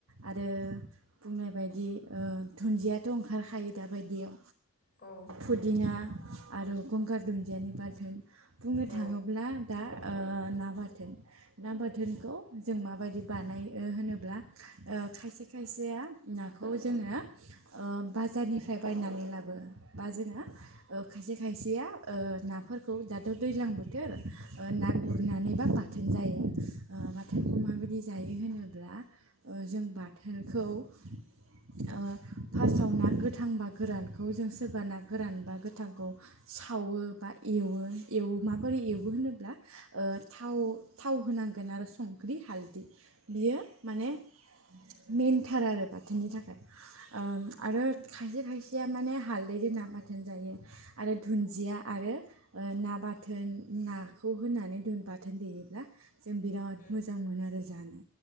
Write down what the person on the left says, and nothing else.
औ
औ
उम